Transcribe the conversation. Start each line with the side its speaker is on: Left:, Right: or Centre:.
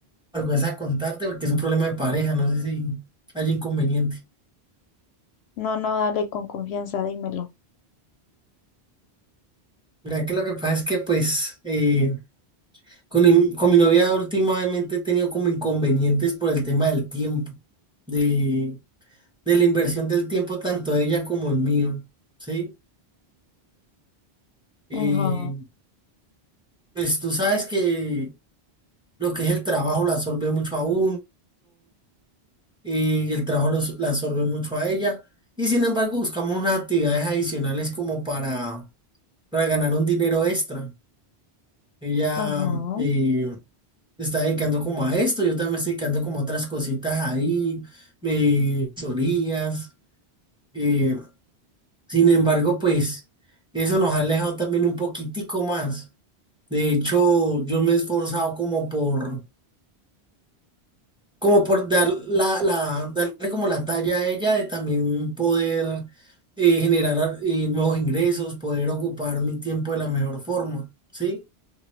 Centre: vergüenza contarte porque es un problema de pareja, no sé si hay inconveniente.
Left: No, no, dale con confianza, dímelo.
Centre: Mira que lo que pasa es que pues eh, con, mi- con mi novia últimamente he tenido como inconvenientes por el tema del tiempo, de, de la inversión del tiempo tanto de ella como el mío, ¿sí? Eh,
Left: Ajá,
Centre: pues tú sabes que lo que es el trabajo lo absorbe mucho a uno y el trabajo los- la absorbe mucho a ella. Y sin embargo, buscamos unas actividades adicionales como para, para ganar un dinero extra. Ella
Left: ajá,
Centre: eh, se está dedicando como a esto, yo también me estoy dedicando como a otras cositas ahí, me orillas. eh, sin embargo, pues eso nos ha alejado también un poquitico más. De hecho, yo me he esforzado como por como por dar la, la- darle como la talla a ella de también poder eh, generar eh, nuevos ingresos, poder ocupar mi tiempo de la mejor forma, ¿sí?